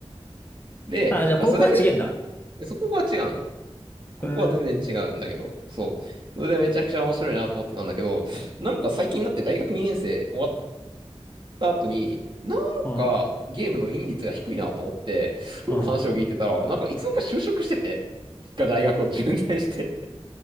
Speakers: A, on the right (about 50°); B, on the left (about 15°).
A: で、
B: あ、じゃあ高校は違えんだ。
A: まあ、それだけで、そこが違うの。ここは全然違うんだけど、
B: へえ。
A: そう。それでめちゃくちゃ面白いなと思ってたんだけど、なんか最近になって大学2年生終わった後に、なんかゲームのイン率が低いなと思って、
B: うん。
A: よく話を聞いてたら、
B: うん。
A: なんかいつの間にか就職してて、が大学を中退して、